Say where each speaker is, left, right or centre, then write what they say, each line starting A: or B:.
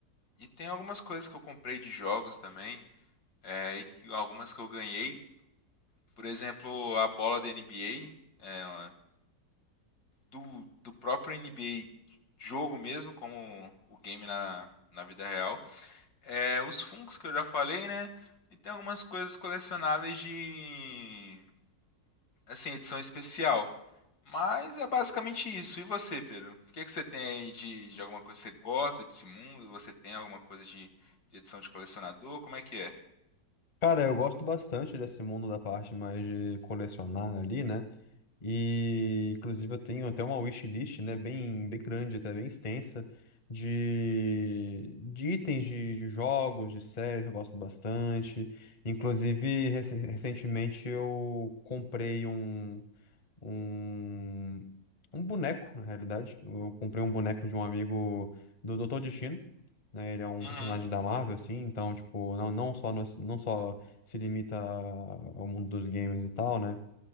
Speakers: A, on the left; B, on the left.
A: e tem algumas coisas que eu comprei de jogos também, é, e que- algumas que eu ganhei. Por exemplo, a bola da NBA. do, do próprio NBA jogo mesmo, como o game na, na vida real. É, os Funkos que eu já falei, né? E tem algumas coisas colecionáveis de assim, edição especial. Mas é basicamente isso. E você, Pedro? O que é que você tem aí de, de alguma coisa que você gosta desse mundo? Você tem alguma coisa de, de edição de colecionador? Como é que é?
B: Cara, eu gosto bastante desse mundo da parte mais de colecionar ali, né? E inclusive eu tenho até uma wishlist, né, bem, bem grande, até bem extensa, de, de itens de, de jogos, de séries que eu gosto bastante. Inclusive, rece- recentemente eu comprei um, um, um boneco, na realidade. Eu comprei um boneco de um amigo do Dr. Destino né? Ele é um
A: Uhum,
B: personagem da Marvel, assim, então, tipo, não, não só, no- não só se limita ao mundo dos games e tal, né?